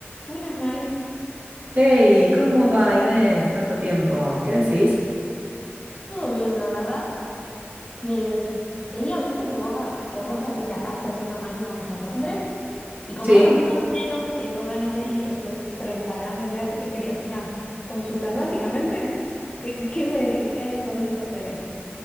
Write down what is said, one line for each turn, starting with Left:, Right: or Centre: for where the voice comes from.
Left: Buenas, Mari.
Right: Hey, ¿cómo va Inés? Tanto tiempo. ¿Qué decís?
Left: Todo bien, la verdad. Eh, tenía visto que vos, ha- que vos ha- viajaste hace unos años a Londres y como
Right: Sí.
Left: ahora más o menos tengo ganas de ir, estoy preparando el viaje, te quería hacer unas consultas. Básicamente, ¿qué, qué me, qué consejos tenés?